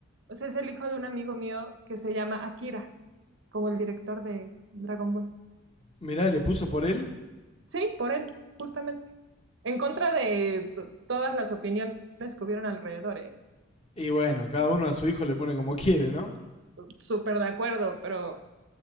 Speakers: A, on the right; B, on the left.
A: o sea, es el hijo de un amigo mío que se llama Akira, como el director de Dragon Ball.
B: Mirá, le puso por él.
A: Sí, por él, justamente. En contra de t- todas las opiniones que hubieron alrededor, ¿eh?
B: Y bueno, cada uno a su hijo le pone como quiere, ¿no?
A: Súper de acuerdo, pero